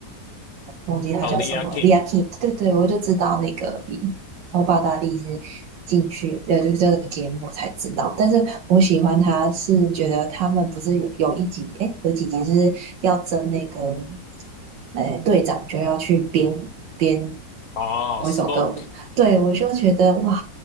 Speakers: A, on the right (about 80°); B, on the left (about 60°).
A: 忘记他叫什么
B: 啊 l i a Kim
A: l i a k i 对对，我就知道那个而然后巴达利是进去，呃，就是这个节目我才知道。但是我喜欢他是觉得他们不是有有一集，诶，有几集是要争那个，诶，队长就要去编编
B: 哦，Smoke
A: 某一首歌舞对我就觉得哇，